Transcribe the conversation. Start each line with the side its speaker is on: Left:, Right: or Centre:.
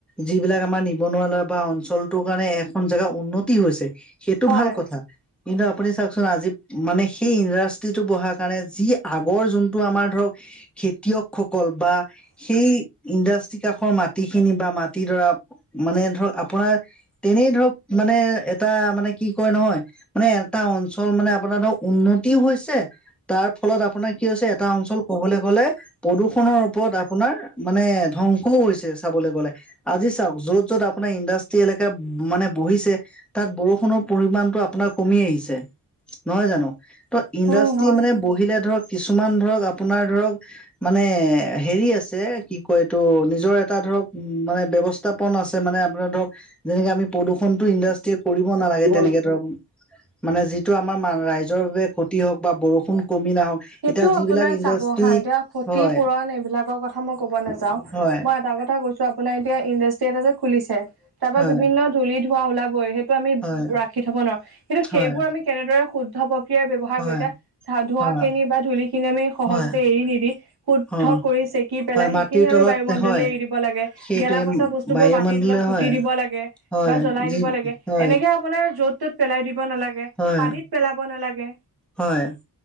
Centre: যিবিলাক আমাৰ নিবনুৱা লৰা বা অঞ্চলটো কাৰণে এখন জেগা উন্নতি হৈছে। সেইটো
Right: হয়
Centre: ভাল কথা। কিন্তু আপুনি চাওঁকচোন আজি মানে সেই ইণ্ডাষ্ট্ৰিটো বহা কাৰণে, যি আগৰ যোনটো আমাৰ ধৰক খেতিয়ক সকল বা সেই ইণ্ডাষ্ট্ৰি কাষৰ মাটি খিনি বা মাটিডৰা মানে ধৰক আপোনাৰ তেনেই ধৰক মানে এটা মানে কি কয় নহয়। মানে এটা অঞ্চল মানে আপোনাৰ ধৰক উন্নতিও হৈছে। তাৰ ফলত আপোনাৰ কি হৈছে এটা অঞ্চল ক'বলে গ'লে প্ৰদূষণৰ ওপৰত আপোনাৰ মানে ধ্বংসও হৈছে চাবলে গ'লে। আজি চাওঁক য'ত য'ত আপোনাৰ ইণ্ডাষ্ট্ৰি এলেকা মানে বহিছে, তাত বৰষুণৰ পৰিমানণটো আপোনাৰ কমি আহিছে, নহয় জানো? ত' ইণ্ডাষ্ট্ৰি
Right: উম হয়
Centre: মানে, বহিলে ধৰক, কিছুমান ধৰক আপোনাৰ ধৰক মানে হেৰি আছে, কি কয় এইটো নিজৰ এটা ধৰক উম মানে ব্যৱস্ উত্থাপন আছে মানে আপোনাৰ ধৰক যেনেকে আমি প্ৰদূষণতটো ইণ্ডাষ্ট্ৰীয়ে কৰিব নালাগে,
Right: জীৱন
Centre: তেনেকে ধৰক মানে যিটো আমাৰ মা ৰাইজৰ বাবে ক্ষতি হওঁক বা বৰষুণ কমি নাহক
Right: সেইটো
Centre: এতিয়া যিবিলাক
Right: আপোনাৰ
Centre: ইণ্ডাষ্ট্ৰি
Right: চাব হা, এতিয়া ক্ষতি
Centre: হয়
Right: পূৰণ এইবিলাকৰ কথা মই ক'ব নাযাওঁ।
Centre: হয়
Right: মই এটা কথা কৈছো, আপোনাৰ এতিয়া ইণ্ডাষ্ট্ৰি এটা যে খুলিছে, তাৰ পৰা
Centre: হয়,
Right: বিভিন্ন ধূলি ধোৱা ওলাবই সে টো আমি
Centre: হয়,
Right: ৰাখি থব নোৱাও কিন্তু সেইবোৰ
Centre: হয়,
Right: আমি কেনেদৰে শুদ্ধ কিবা ব্যৱহাৰ
Centre: হয়,
Right: কৰি এতিয়া, ধোৱা
Centre: হয়,
Right: খিনি বা ধূলি খিনি আমি সহজতে
Centre: হয়,
Right: এৰি নিদি, শুদ্ধ
Centre: হয়,
Right: কৰি চেকি পেলাই
Centre: হয়,
Right: সেই
Centre: মাটিৰ
Right: সেইখিনি
Centre: তলত
Right: আমি বায়ুমণ্ডল
Centre: হয়।
Right: এৰি দিব লাগে।
Centre: সেইটোৱে
Right: গেলা, পচা বস্তু
Centre: বায়ুমণ্ডলে
Right: বোৰ মাটিৰ তলত পুতি
Centre: হয়,
Right: দিব লাগে।
Centre: হয়,
Right: বা জ্বলাই
Centre: যি
Right: দিব লাগে।
Centre: হয়,
Right: এনেকে আপোনাৰ য'ত ত'ত পেলাই দিব নালাগে,
Centre: হয়,
Right: পানীত পেলাব নালাগে।
Centre: হয়।